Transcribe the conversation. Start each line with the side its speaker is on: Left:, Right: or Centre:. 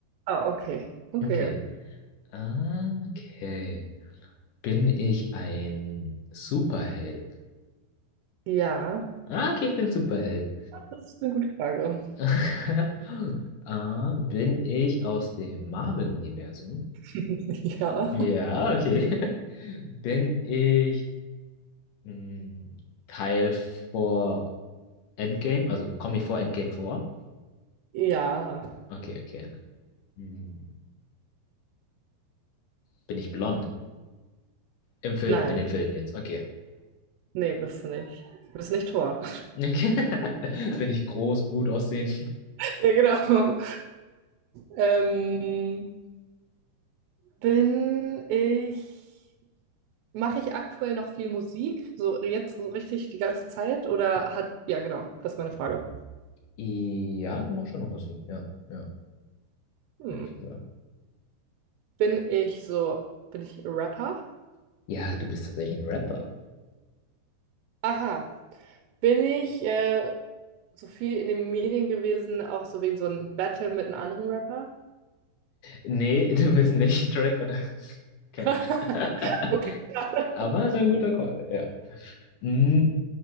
Right: Ah, okay, okay.
Left: Okay. Ah, okay. Bin ich ein Superheld?
Right: Ja,
Left: Ah, okay, ich bin Superheld.
Right: das ist eine gute Frage.
Left: <laughs> Ah, bin ich aus dem Marvel-Universum?
Right: <laughs> Ja,
Left: Ja, okay. <laughs> Bin ich mh, Teil vor Endgame? Also komme ich vor Endgame vor?
Right: ja.
Left: Okay, okay. Hm, Bin ich blond? Im Film,
Right: Nein,
Left: in den Filmen jetzt. Okay. <laughs>
Right: nee, bist du nicht. Du bist nicht Tor.
Left: Okay. Bin ich groß, gut aussehen?
Right: Ja, genau. Ähm, bin ich, mache ich aktuell noch viel Musik? So jetzt so richtig die ganze Zeit? Oder hat, ja, genau, das ist meine Frage.
Left: Ja, du machst schon noch Musik. Ja, ja,
Right: Hm.
Left: hätte ich gesagt.
Right: Bin ich so, bin ich Rapper?
Left: Ja, du bist tatsächlich ein Rapper.
Right: Aha. Bin ich äh, so viel in den Medien gewesen, auch so wegen so einem Battle mit einem anderen Rapper?
Left: Nee, <laughs> du bist nicht Drake oder <laughs> Kendrick.
Right: <laughs>
Left: <laughs>
Right: Okay, schade.
Left: Aber so ein guter Call, ja. Hm,